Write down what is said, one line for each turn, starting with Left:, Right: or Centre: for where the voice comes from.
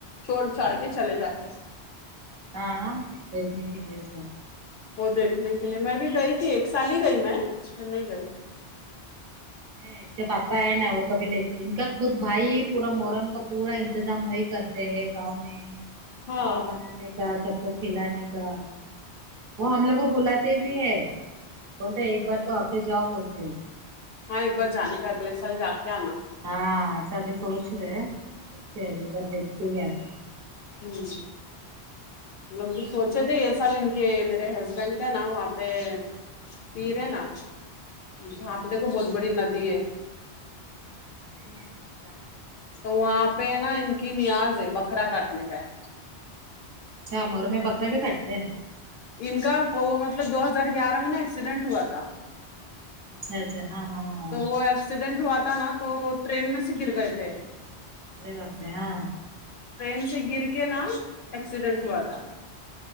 Left: چھوڑ چھاڑ کے چلے جاتے
Right: ہاں دیکھنے کے لیے سب
Left: وہ دیکھنے کے لیے میں بھی گئی تھی ایک سال ہی گئی میں پھر نہیں گئی
Right: ہمم نہیں اس کے پاپا ہے نا وہ کبھی لے ان کا خود بھائی پورا محرم کا پورا انتظام ہو کرتے ہیں گاؤں میں
Left: ہاں
Right: کوڑا بنانے کا سب کو کھلانے کا وہ ہم لوگ کو بلاتے بھی ہے بولتے ایک بار تو آکے جاؤ بولتے
Left: ہاں ایک بار جانے کا اگلے سال جا کے آنا
Right: ہاں ایسا ابھی سوچ رہے دیکھتے بار دیکھے ہی آتے ہیں
Left: ہمم مطلب سوچے تھے یہ سال ان کے میرے ہسبینڈ کا نام آپ پہ پیر ہے نا جہاں پہ دیکھو بہت بڑی ندی ہے
Right: نہیں نہیں جا
Left: تو وہاں پہ نا ان کی نیاز ہے بکرا کاٹنے کا ہے
Right: اچھا مور مے بکرا بھی کاٹتے ہیں
Left: ان کا وہ مطلب دو ہزار گیارہ میں نا ایکسیڈنٹ ہوا تھا
Right: اچھا اچھا ہاں ہاں ہاں ہاں
Left: تو وہ ایکسیڈنٹ ہوا تھا نا تو وہ ٹرین میں سے گر گئے تھے
Right: ارے باپرے ہاں
Left: ٹرین سے گر کے نا ایکسیڈینٹ ہوا تھا